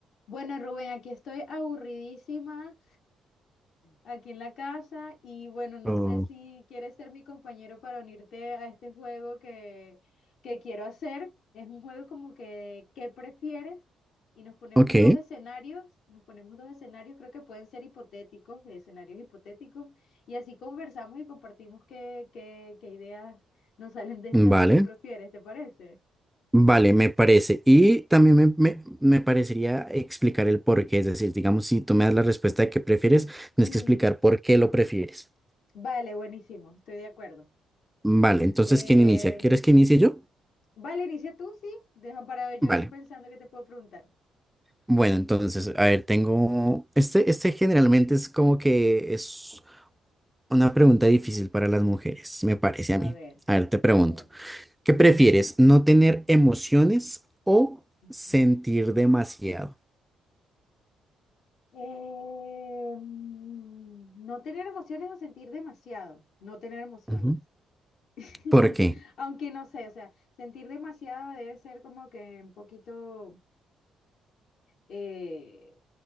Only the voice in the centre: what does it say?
Oh,
ok,
vale,
vale, me parece. Y también me, me- me parecería explicar el por qué, es decir, digamos, si tú me das la respuesta de qué prefieres, tienes
que explicar por qué lo prefieres.
Vale, entonces,
¿quién inicia? ¿Quieres que inicie yo?
Vale,
bueno, entonces, a ver, tengo, este, este generalmente es como que es una pregunta difícil para las mujeres, me parece
a mí.
A ver, te pregunto,
¿qué prefieres? ¿No tener emociones o
sentir demasiado?
Ujú.
¿Por qué?